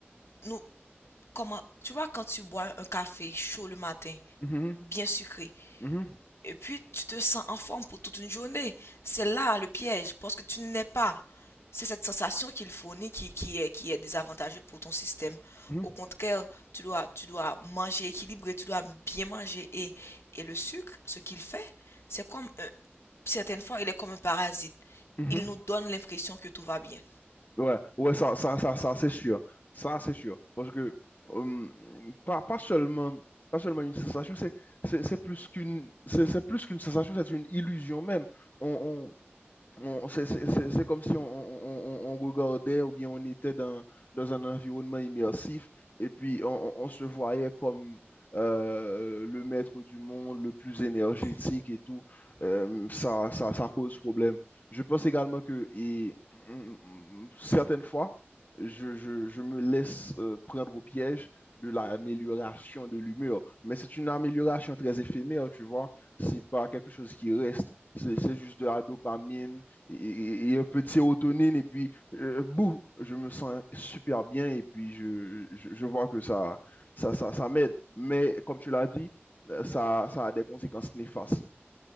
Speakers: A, on the left; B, on the left.
A: Nous, comment, tu vois, quand tu bois un café chaud le matin,
B: mhm,
A: bien sucré,
B: mhm, mhm,
A: et puis, tu te sens en forme pour toute une journée. C'est là le piège, parce que tu n'es pas. C'est cette sensation qu'il fournit qui, qui est, qui est désavantageuse pour ton système.
B: mhm, mhm, mhm,
A: Au contraire, tu dois, tu dois manger équilibré, tu dois bien manger. Et, et le sucre, ce qu'il fait, c'est comme, un- certaines fois, il est comme un parasite.
B: mhm,
A: Il
B: mhm,
A: nous donne l'impression que tout va bien.
B: Ouais, ouais, ça, ça, ça, ça, c'est sûr. Ça, c'est sûr. Parce que hum, pas, pas seulement, pas seulement une sensation, c'est, c'est, c'est plus qu'une, c'est, c'est plus qu'une sensation, c'est une illusion même. On, on- C'est c'est- c'est- c'est comme si on, on- on- on regardait ou bien on était dans, dans un environnement immersif et puis on, on- on se voyait comme euh, le maître du monde, le plus énergétique
A: Mhm.
B: et tout. Euh, ça, ça, ça cause problème. Je pense également que et, mm, mm, certaines fois, je, je- je me laisse euh, prendre au piège de l'amélioration de l'humeur. Mais c'est une amélioration très éphémère, tu vois. C'est pas quelque chose qui reste. C'est c'est juste de la dopamine et, et un peu de sérotonine, et puis, euh, bouh, je me sens super bien, et puis je, je, je vois que ça, ça, ça, ça m'aide. Mais comme tu l'as dit, euh, ça, ça a des conséquences néfastes.